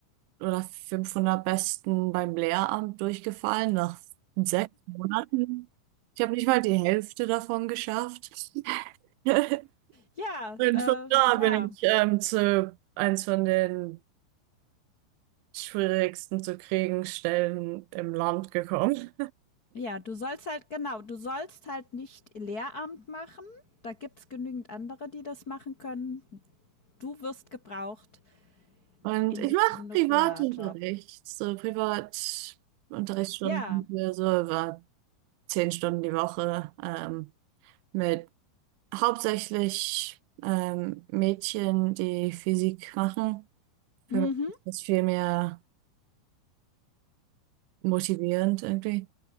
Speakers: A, on the right; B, on the left.
A: oder 500 Besten beim Lehramt durchgefallen nach sechs Monaten. Ich habe nicht mal die Hälfte davon geschafft. <laughs>
B: Ja,
A: Und
B: äh,
A: von da
B: ja,
A: bin ich ähm, zu eins von den schwierigsten zu kriegen Stellen im Land gekommen.
B: ja, du sollst halt, genau, du sollst halt nicht Lehramt machen. Da gibt's genügend andere, die das machen können. Du wirst gebraucht
A: Und
B: in
A: ich
B: diesem
A: mache
B: Nuklearjob.
A: Privatunterricht, so Privatunterrichtsstunden
B: Ja.
A: für so über zehn Stunden die Woche ähm, mit hauptsächlich ähm, Mädchen, die Physik machen. Für
B: Mhm.
A: mich ist das viel mehr motivierend irgendwie.